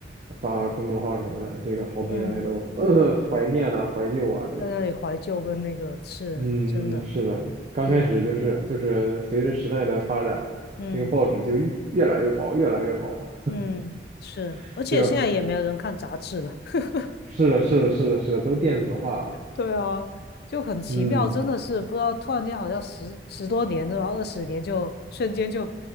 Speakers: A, on the right; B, on the left.
A: 发公众号什么的，这个好多人还都、
B: 嗯，
A: 呃怀念呢，怀旧啊这种，
B: 在那里怀旧跟那个是真的，
A: 嗯嗯，是的，刚开始就是就是随着时代的发展，
B: 嗯嗯。
A: 那个报纸就越越来越薄，越来越薄，
B: 嗯，是，
A: <laughs>
B: 而且现在也没有人看杂志了。
A: 对吧？
B: <laughs>
A: 是的是的是的是的，都电子化了，
B: 对啊，就很奇妙，
A: 嗯，
B: 真的是不知道，突然间好像十十多年，然后二十年就瞬间就